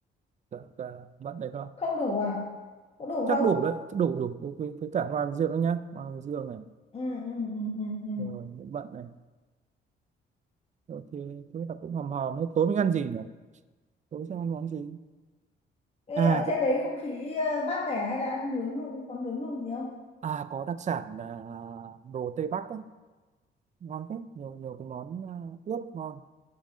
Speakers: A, on the right; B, on the left.
A: cả, cả mận đấy không
B: không đủ à có đủ
A: chắc
B: không
A: đủ đấy chắc đủ đủ ok với cả hoa hướng dương đấy nhá hoa hướng dương này
B: ừ, ừ, ừ, ừ, ừ.
A: rồi mận này rồi thì thế là cũng hòm hòm thế tối mình ăn gì nhỉ tối sẽ ăn món gì
B: Ê,
A: à
B: ở
A: có-
B: trên đấy không khí ờ, mát mẻ hay là ăn nướng nung có nướng nung gì không
A: à có đặc sản là đồ Tây Bắc á ngon hết nhiều nhiều cái món à, ướp ngon